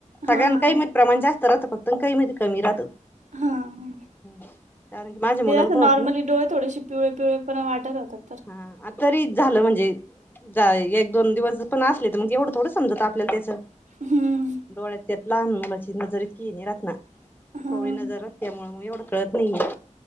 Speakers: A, on the left (about 15°); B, on the right (about 70°).
A: सगळ्याण
B: हां,
A: काही मध्ये प्रमाण जास्त राहतं फक्त काही मध्ये कमी राहतं.
B: हां.
A: कारण की माझ्या मुलाला
B: ते असं
A: पण
B: नॉर्मली
A: होत. ना
B: डोळे थोडेशी. पिवळे पिवळे पण वाटत होतात तर.
A: ह तरी झालं म्हणजे. जाय एक दोन दिवस पण असले तर मग एवढं थोडं समजत आपल्याला त्याचं.
B: हं.
A: डोळ्यात त्यात लहान मुलाची नजर इतकी ये राहात ना.
B: हां,
A: कोवळी नजर रक्ता त्यामुळं. म एवढे कळत नाही